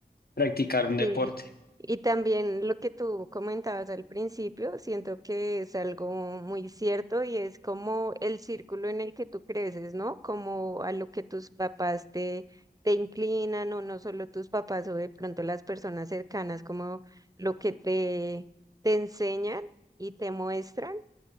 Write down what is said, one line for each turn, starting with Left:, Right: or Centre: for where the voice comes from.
Left: practicar un
Right: Sí.
Left: deporte.
Right: Y también lo que tú comentabas al principio, siento que es algo muy cierto y es como el círculo en el que tú creces, ¿no? Como a lo que tus papás te, te inclinan o no solo tus papás o de pronto las personas cercanas, como lo que te, te enseñan y te muestran.